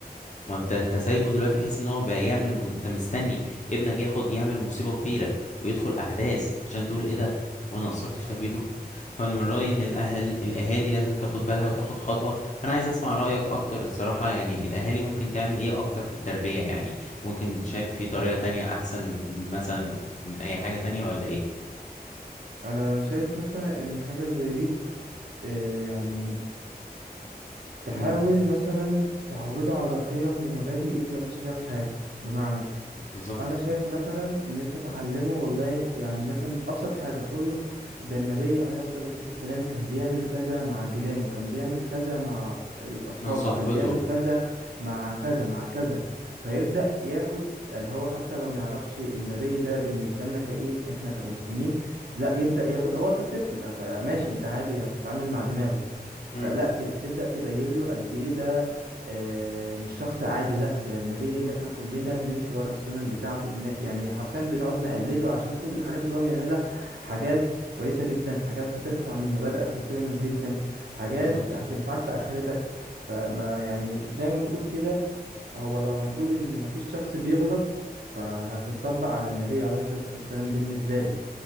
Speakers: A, on the left; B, on the right.
A: ما انت انت سايبه دلوقتي بحيث ان هو بقى يعمل م... انت مستني ابنك ياخد يعمل مصيبة كبيرة ويدخل احداث عشان تقول ايه ده وانا قصرت في تربيته فانا من رأيي ان الاهل الاهالي لازم تاخد بالها وتاخد خطوة فانا عايز اسمع رأيك اكتر الصراحة يعني الاهالي ممكن تعمل ايه اكتر في التربية يعني ممكن شايف في طريقة تانية احسن مثلا من اي حاجة تانية ولا ايه
B: انا شايف مثلا ان حاجة زي دي آه، يعني تحاول
A: امم
B: مثلا تعوده على قيم ومبادئ يفضل ماشي فيها في حياته بمعنى
A: بالظبط
B: انا شايف مثلا ان انت تعلمه والله يعني مثلا ابسط حاجه تقول له ده النبي عليه افضل الصلاه والسلام كان بيعمل كذا مع جيرانه كان بيعمل كذا مع ال- اصحابه
A: مع صحبته
B: كان بيعمل كذا مع كذا مع كذا فيبدا ياخد يعني هو حتى لو ما يعرفش النبي ده بالنسبه لنا كايه احنا كمسلمين لا يبدا ياخد هو كطفل فماشي انت عادي هتتعامل مع دماغه
A: امم
B: فلا ت- تبدا تبين له قد ايه ده آه، مش شخص عادي لا ده النبي اللي احنا كلنا بنمشي ورا السنن بتاعته بن... يعني حرفيا بنقعد نقلده عشان كل الحاجات اللي هو بيعملها حاجات كويسة جدا حاجات هترفع من مبادئك وقيمك جدا حاجات
A: بالظبط
B: هتنفعك في آخرتك فما يعني زي ما بنقول كده هو لو هنقول ان مفيش شخص بيغلط فهتتطبق على النبي عليه الصلاة والسلام بالنسبة لي